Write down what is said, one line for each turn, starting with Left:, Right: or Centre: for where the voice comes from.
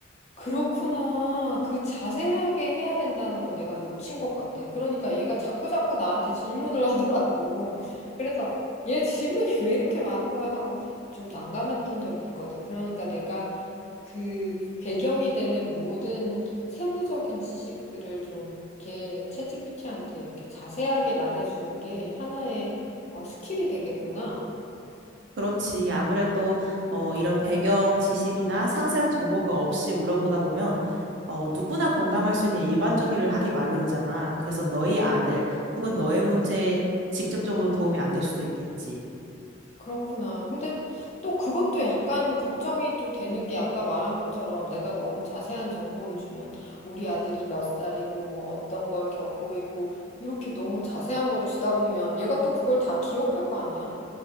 Left: 그렇구나. 그 자세하게 해야 된다는 걸 내가 놓친 것 같아. 그러니까 얘가 자꾸자꾸 나한테 질문을 <laughs> 하더라고. 그래서 얘 질문이 왜 이렇게 많은 거야 하고 좀 난감했던 적이 있거든. 그러니까 내가 그 배경이 되는 모든 세부적인 지식들을 좀 이렇게 챗GPT한테 이렇게 자세하게 말해주는 게 하나의 어, 스킬이 되겠구나.
Right: 그렇지. 아무래도 어, 이런 배경 지식이나 상세한 정보가 없이 물어보다 보면 어, 누구나 공감할 수 있는 일반적이를 하기 마련이잖아. 그래서 너희 아들
Left: 음,
Right: 혹은 너의 문제에 직접적으로 도움이 안 될 수도 있겠지.
Left: 그렇구나. 근데 또 그것도 약간 걱정이 또 되는 게 아까 말한 것처럼 내가 너무 자세한 정보를 주면 우리 아들이 몇 살이고 뭐 어떤 걸 겪고 있고 이렇게 너무 자세한 걸 주다 보면 얘가 또 그걸 다 기억할 거 아니야?